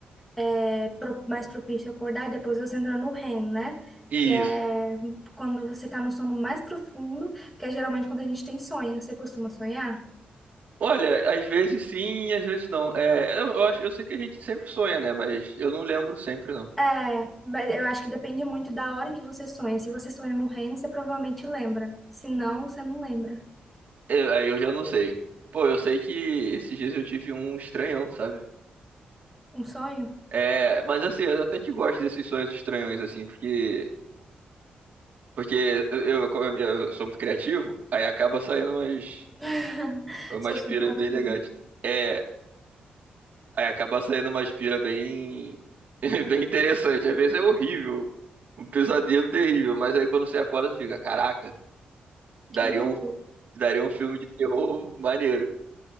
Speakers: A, in the centre; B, on the right.
A: é, pro- mais propício a acordar, e depois você entra no REM, né?
B: isso.
A: Que é quando você tá no sono mais profundo, que é geralmente quando a gente tem sonho. Você costuma sonhar?
B: Olha, às vezes sim, às vezes não. É, eu, eu acho, eu sei que a gente sempre sonha, né? Mas eu não lembro sempre não.
A: É, mas eu acho que depende muito da hora em que você sonha. Se você sonha no REM, você provavelmente lembra. Se não, você não lembra.
B: Eu- Aí eu já não sei. Pô, eu sei que esses dias eu tive um estranhão, sabe?
A: Um sonho?
B: É, mas assim, eu até que gosto desses sonhos estranhões assim, porque porque eu, eu- como eu sou muito criativo, aí acaba saindo umas
A: <laughs>
B: umas
A: Seu subconsciente.
B: piras bem legais. É, Aí acaba saindo uma aspira bem, <laughs> bem interessante. Às vezes é horrível, um pesadelo terrível, mas aí quando você acorda, você fica, caraca, daria
A: Que loucura.
B: um, daria um filme de terror maneiro.